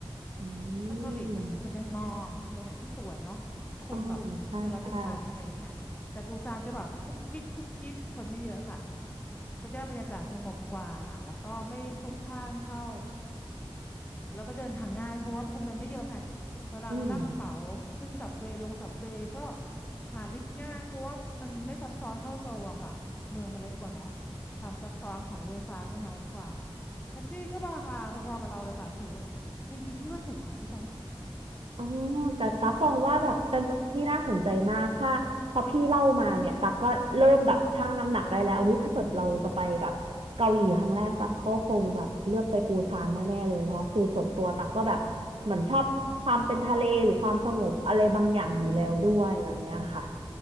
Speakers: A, on the right (about 70°); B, on the left (about 15°).
A: อืม
B: ถ้าเกาหลีจะคนยันมองคือตรงไหนที่สวยเนาะคนแบบเป็นร้อยเป็นพันอะไรอย่างเงี้ยแต่ปูซานจะแบบกุ๊บกิ๊บกุ๊บกิ๊บคนไม่เยอะค่ะ
A: อ๋อใช่ใช่
B: ก็ได้บรรยากาศสงบกว่าแล้วก็ไม่พลุกพล่านเท่าแล้วก็เดินทางง่ายเพราะว่าคนมันไม่เยอะไงเวลาเราลากกระเป๋าขึ้นสับเวย์ลงสับเวย์ก็
A: อืม
B: หาลิฟต์ง่ายเพราะว่ามันไม่ซับซ้อนเท่าโซลอะค่ะเมืองมันเล็กกว่าเนาะความซับซ้อนของรถไฟฟ้าก็น้อยกว่าแท็กซี่ก็ราคาพอๆกับเราเลยค่ะถือบางทีพี่ว่าถูกกว่าด้วยซ้
A: อ๋อแต่ตักบอกว่าแบบเป็นเมืองที่น่าสนใจมากค่ะพอพี่เล่ามาเนี่ยตักก็เริ่มแบบชั่งน้ำหนักได้แล้วเฮ้ยถ้าเกิดเราจะไปแบบเกาหลีครั้งแรกตักก็คงแบบเลือกไปปูซานแน่ๆเลยเพราะคือส่วนตัวตักก็แบบเหมือนชอบความเป็นทะเลหรือความสงบอะไรบางอย่างอยู่แล้วด้วยแบบเนี้ยค่ะ
B: ำอืม อืมอืม อืม